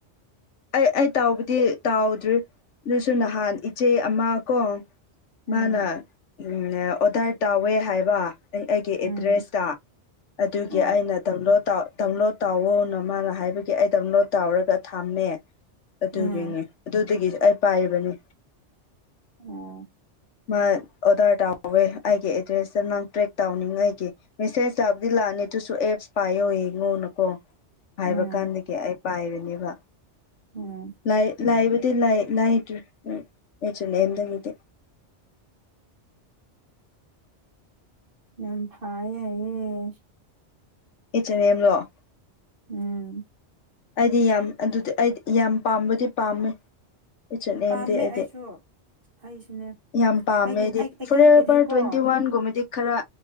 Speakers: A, on the left; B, on the right.
A: ꯑꯩ ꯑꯩ ꯇꯥꯎꯕꯨꯗꯤ ꯇꯥꯎꯗ꯭ꯔꯤ ꯑꯗꯨꯁꯨ ꯅꯍꯥꯟ ꯏꯆꯦ ꯑꯃ ꯀꯣ
B: ꯎꯝ
A: ꯃꯥꯅ ꯎꯝꯅꯦ ꯑꯣꯗꯔ ꯇꯧꯋꯦ ꯍꯥꯏꯕ ꯑꯩ ꯑꯩꯒꯤ
B: ꯎꯝ
A: ꯑꯦꯗ꯭ꯔꯦꯁꯇ ꯑꯗꯨꯒꯤ
B: ꯍꯣꯏ
A: ꯑꯩꯅ ꯗꯎꯟꯂꯣꯠ ꯇꯥꯎ ꯗꯥꯎꯟꯂꯣꯠ ꯇꯧꯋꯣ ꯅ ꯃꯥꯅ ꯍꯥꯏꯕꯒꯤ ꯑꯩ ꯗꯥꯎꯟꯂꯣꯠ ꯇꯧꯔꯒ ꯊꯝꯃꯦ ꯑꯗꯨꯒꯤꯅꯦ
B: ꯎꯝ
A: ꯑꯗꯨꯗꯒꯤꯁꯨ ꯑꯩ ꯄꯥꯏꯔꯤꯕꯅꯤ
B: ꯑꯣ
A: ꯃꯥ ꯑꯣꯗꯔ ꯇꯧꯋꯦ ꯑꯩꯒꯤ ꯑꯦꯗ꯭ꯔꯦꯁꯇ ꯅꯪ ꯇ꯭ꯔꯦꯛ ꯇꯧꯅꯤꯡꯉꯥꯏꯒꯤ ꯃꯦꯁꯦꯖ ꯆꯥꯕꯨꯗꯤ ꯂꯥꯛꯑꯅꯤ ꯑꯗꯨꯨꯁꯨ ꯑꯦꯞꯁ ꯄꯥꯏꯌꯣ ꯌꯦꯡꯉꯨꯅꯀꯣ ꯍꯥꯏꯕ
B: ꯎꯝ
A: ꯀꯥꯟꯗꯒꯤ ꯑꯩ ꯄꯥꯏꯕꯅꯦꯕ
B: ꯎꯝ
A: ꯂꯥꯏ ꯂꯥꯏꯕꯨꯗꯤ ꯂꯥꯏ ꯂꯥꯏꯗ꯭ꯔꯤ <unintelligible> ꯑꯦꯝꯗꯒꯤꯗꯤ
B: ꯌꯥꯝ ꯐꯥꯏꯌꯦ ꯍꯥꯏꯌꯦ
A: <unintelligible>
B: ꯎꯝ
A: ꯑꯩꯗꯤ ꯌꯥꯝ ꯑꯗꯨꯗꯤ ꯑꯩꯗꯤ ꯌꯥꯝ ꯄꯥꯝꯕꯗꯤ ꯄꯥꯝꯃꯦ ꯏꯆꯠꯅꯦꯝꯗꯤ
B: ꯄꯥꯝꯃꯦ
A: ꯑꯩꯗꯤ
B: ꯑꯩꯁꯨ ꯑꯩꯁꯨꯅꯦ
A: ꯌꯥꯝ ꯄꯥꯝꯃꯦꯗꯤ
B: ꯍꯥꯏꯗꯤ ꯑꯩꯈꯣꯏꯒꯤꯗꯤꯀꯣ
A: ꯐꯣꯔꯑꯦꯕꯔ ꯇ꯭ꯋꯦꯟꯇꯤ ꯋꯥꯟꯒꯨꯝꯕꯗꯤ ꯈꯔ